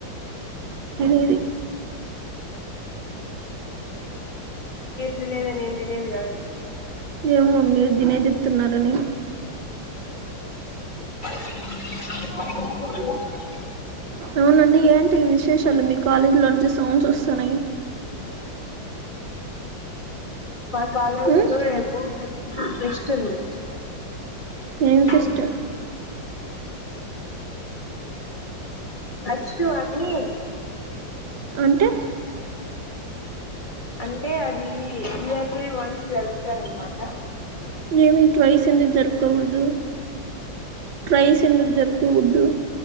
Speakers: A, on the right; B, on the left.
A: ఇది
B: దినేది నేను తినేది కాదు
A: ఏమో మీరు దినే చెప్తున్నారని
B: <inaudible>
A: అవునండి ఏంటి విశేషాలు మీ కాలేజీలో నుంచి సౌండ్స్ వస్తున్నాయి
B: మా కాలేజీలో
A: ఉమ్,
B: ఎక్కువ ఫె ట్విస్టుంది
A: ఏం
B: ఆ
A: ఫెస్ట్
B: అచ్చు అని
A: అంటే
B: అంటే అది ఇయర్లీ వన్స్ జరుపుతారాన్మాట
A: మేమి ఈ ట్వైస్ ఎందుకు జరుపుకోకూడదు ట్వైస్ ఎందుకు జరుపుకోకూడదు